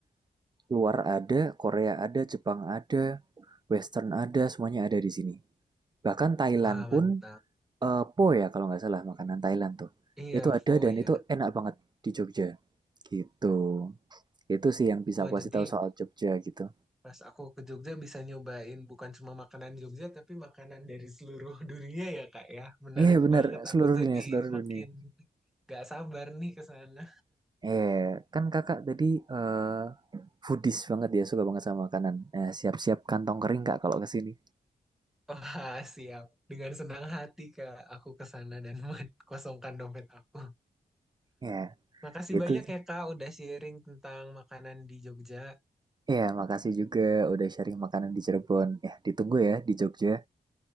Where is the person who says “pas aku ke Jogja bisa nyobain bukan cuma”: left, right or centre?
Centre